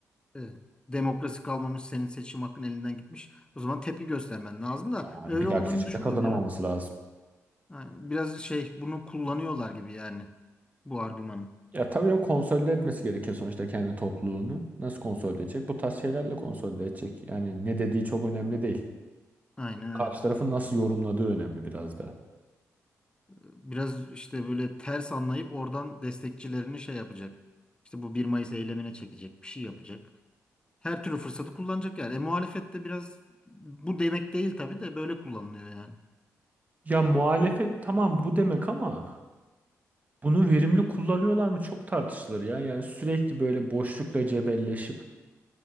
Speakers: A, on the left; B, on the right.
A: evet, demokrasi kalmamış, senin seçim hakkın elinden gitmiş. O zaman tepki göstermen lazım da
B: Yani
A: öyle
B: bir dahaki
A: olduğunu
B: seçimde
A: düşünmüyorum
B: kazanamaması
A: ya.
B: lazım.
A: Yani biraz şey bunu kullanıyorlar gibi yani bu argümanı.
B: Ya tabii canım konsolide etmesi gerekiyor sonuçta kendi topluluğunu. Nasıl konsolide edecek? Bu tarz şeylerle konsolide edecek. Yani ne dediği çok önemli değil.
A: Aynen öyle.
B: Karşı tarafın nasıl yorumladığı önemli biraz da.
A: biraz işte böyle ters anlayıp oradan destekçilerini şey yapacak. İşte bu bir Mayıs eylemine çekecek, bir şey yapacak. Her türlü fırsatı kullanacak yani. E, muhalefet de biraz bu demek değil tabii de böyle kullanılıyor yani.
B: Ya muhalefet tamam bu demek ama bunu verimli kullanıyorlar mı çok tartışılır ya. Yani sürekli böyle boşlukla cebelleşip